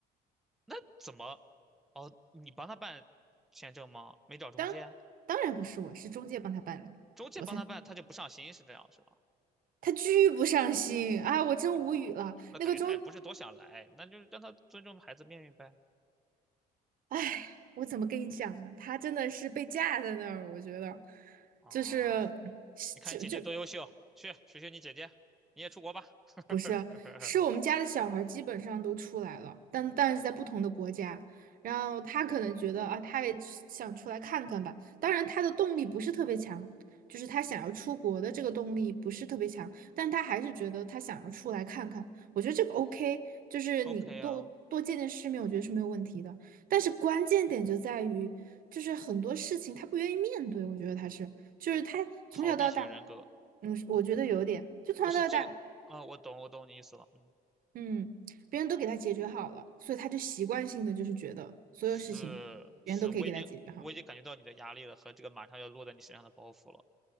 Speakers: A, in the centre; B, on the right.
A: 那怎么？哦，你帮他办签证吗？没找中介？
B: 当当然不是我，是中介帮他办的。
A: 中介帮他办，
B: 我才
A: 他就不上心，是这样是吧？
B: 他巨不上心啊，我真无语了。
A: 哦，那感觉他也不是多想来，
B: 那个中，
A: 那就让他尊重孩子命运呗。
B: 唉，我怎么跟你讲呢？他真的是被架在那儿，我觉得
A: 啊，
B: 就是
A: 你看你姐姐多优秀，
B: 就就
A: 去学学你姐姐，你也出国吧。<laughs>
B: 不是，是我们家的小孩儿基本上都出来了，但但是在不同的国家，然后他可能觉得啊，他也想出来看看吧。当然，他的动力不是特别强，就是他想要出国的这个动力不是特别强，但他还是觉得他想要出来看看。我觉得这个 OK，就是你多多见见世面，
A: OK 啊，
B: 我觉得是没有问题的。但是关键点就在于，就是很多事情他不愿意面对，我觉得他是，就是他从小到大，
A: 逃避型人格
B: 嗯，我觉得有点，就从小到大。
A: 不是这个啊，我懂，我懂你意思了，嗯，
B: 嗯，别人都给他解决好了，所以他就习惯性的就是觉得所有事情别人都可以给他解决好。
A: 是是，我已经我已经感觉到你的压力了和这个马上要落在你身上的包袱了。